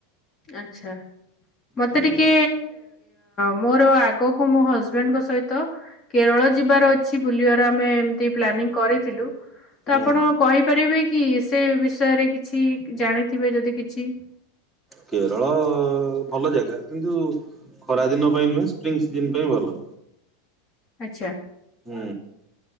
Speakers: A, on the left (about 30°); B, in the centre.
A: ଆଛା ମତେ
B: ହୁଁ
A: ଟିକେ ମୋର ଆଗକୁ ମୋ ହଜବେଣ୍ଡଙ୍କ ସହିତ କେରଳ ଯିବାର ଅଛି ବୁଲିବାର ଆମେ ଏମତି ପ୍ଲାନିଂ କରିଥିଲୁ। ତ
B: ହୁଁ
A: ଆପଣ କହିପାରିବେ କି ସେ ବିଷୟରେ କିଛି ଜାଣିଥିବେ ଯଦି କିଛି
B: କେରଳ ଭଲ ଜାଗା କିନ୍ତୁ ଖରାଦିନ ପାଇଁ ନୁହେଁ ସ୍ପ୍ରିଙ୍ଗ ସିଜିନ ପାଇଁ ଭଲ।
A: ଆଚ୍ଛା।
B: ହୁଁ।